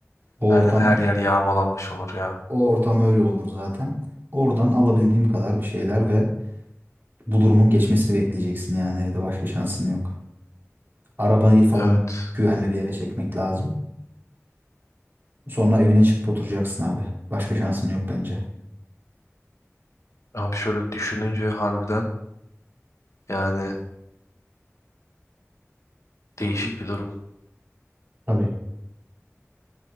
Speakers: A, on the right; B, on the left.
A: o
B: aynen
A: ortam
B: her yer yağmalanmış olur ya.
A: O ortam öyle olur zaten. Oradan alabildiğim kadar bir şeyler ve bu durumun geçmesini bekleyeceksin yani evde başka şansın yok. Arabayı falan
B: Evet.
A: güvenli bir yere çekmek lazım. Sonra evine çıkıp oturacaksın abi. Başka şansın yok bence.
B: Abi şöyle düşününce harbiden yani Değişik bir durum.
A: Tabii.